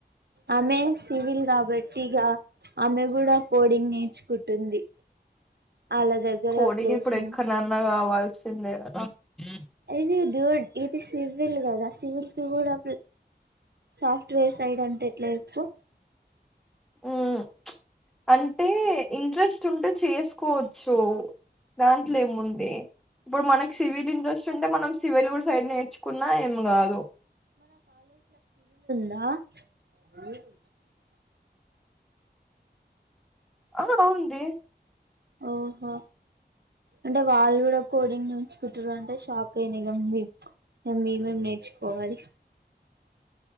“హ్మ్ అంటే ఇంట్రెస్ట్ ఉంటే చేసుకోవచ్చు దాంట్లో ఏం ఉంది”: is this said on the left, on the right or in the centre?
Centre